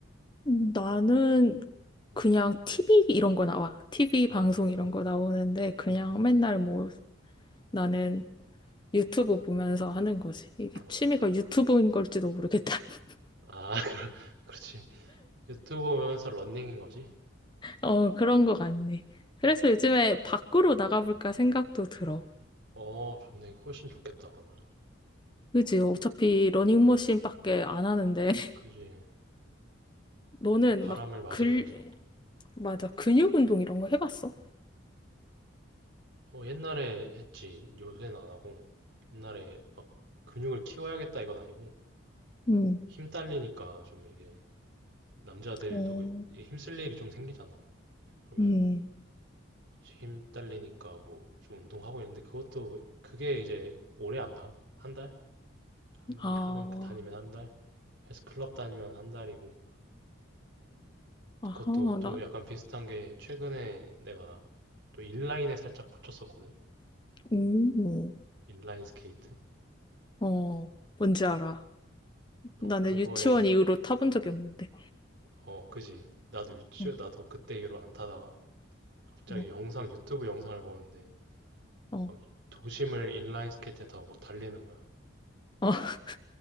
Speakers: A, on the left; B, on the right.
A: 음, 나는
B: 음.
A: 그냥 TV 이런 거 나와. TV
B: 아,
A: 방송 이런 거 나오는데, 그냥
B: 음,
A: 맨날 뭐, 나는 유튜브 보면서 하는 거지. 이게
B: 아,
A: 취미가 유튜브인 걸지도 모르겠다. <laughs>
B: 아, <laughs> 그렇지. 유튜브 보면서 러닝인 거지.
A: 어, 그런 거 같네. 그래서
B: 음.
A: 요즘에 밖으로 나가볼까 생각도 들어.
B: 어, 좋네. 훨씬 좋겠다, 그러면.
A: 그지? 어차피 러닝머신밖에
B: 음,
A: 안 하는데, <laughs>
B: 그지.
A: 너는
B: 약간 바람을
A: 막
B: 맞으면서.
A: 글, 맞아. 근육 운동 이런 거 해봤어?
B: 어, 옛날에 했지. 요새는 안 하고. 옛날에 근육을 키워야겠다 이건 아니고.
A: 음.
B: 힘 딸리니까 좀 이게 남자들도
A: 어,
B: 이게 힘쓸 일이 좀 생기잖아. 그러면
A: 음,
B: 이제 힘 딸리니까 뭐 좀 운동하고 이랬는데 그것도 그게 이제 오래 안 가. 한 달? 하면 이
A: 아,
B: 하면 그 다니면 한 달. 헬스 클럽 다니면 한 달이고.
A: 아하,
B: 그것도 또
A: 나,
B: 약간 비슷한 게 최근에 내가 또 인라인에 살짝 꽂혔었거든.
A: 음,
B: 인라인 스케이트.
A: 어, 뭔지 알아.
B: 어,
A: 나는
B: 그거에
A: 유치원 이후로 타본 적이 없는데.
B: 어, 그지. 나도 유튜,
A: 어,
B: 나도 그때 이후로 안 타다가 갑자기
A: 어,
B: 영상, 유튜브 영상을 보는데
A: 어,
B: 막 도심을 인라인 스케이트 타고 막 달리는 거야.
A: 어, <laughs>